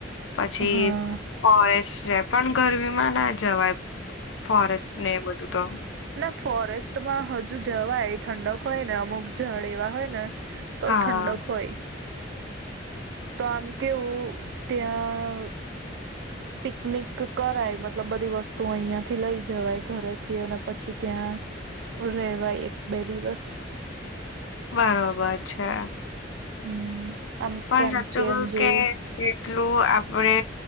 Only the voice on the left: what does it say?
પછી
ફોરેસ્ટ. છે પણ ગરમી માં ના જવાય. ફોરેસ્ટ ને બધું તો.
હા
બરોબર છે
પણ
સાચું કું
કે જેટલું આપે